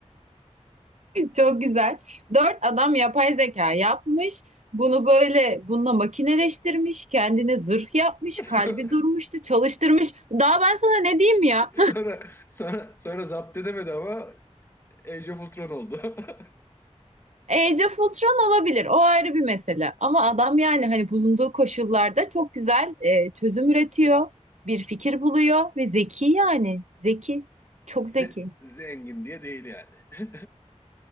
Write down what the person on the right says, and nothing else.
Çok güzel. Dört adam yapay zeka yapmış. Bunu böyle bununla makineleştirmiş. Kendine zırh yapmış.
Kalbi durmuştu. Çalıştırmış. Daha ben sana ne diyeyim ya?
<laughs> Age of Ultron olabilir. O ayrı bir mesele. Ama adam yani hani bulunduğu koşullarda çok güzel e, çözüm üretiyor. Bir fikir buluyor ve zeki yani. Zeki. Çok
zeki.